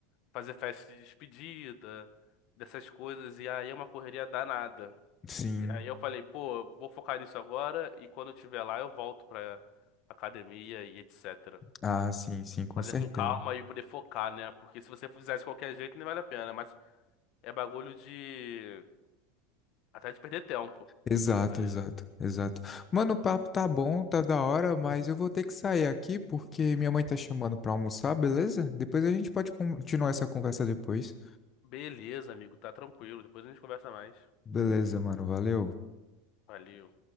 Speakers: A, on the left (about 55°); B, on the left (about 25°).
A: fazer festa de despedida, dessas coisas. E aí é uma correria danada.
B: sim.
A: Aí eu falei, pô, eu vou focar nisso agora e quando eu estiver lá eu volto pra academia e etc.
B: Ah, sim, sim, com
A: Fazer
B: certeza.
A: com calma e poder focar, né? Porque se você fizer de qualquer jeito, nem vale a pena. Mas é bagulho de. Até de perder tempo,
B: Exato,
A: tá ligado?
B: exato, exato. Mano, o papo tá bom, tá da hora, mas eu vou ter que sair aqui porque minha mãe tá chamando pra almoçar, beleza? Depois a gente pode continuar essa conversa depois.
A: Beleza, amigo, tá tranquilo. Depois a gente conversa mais.
B: Beleza, mano, valeu.
A: Valeu.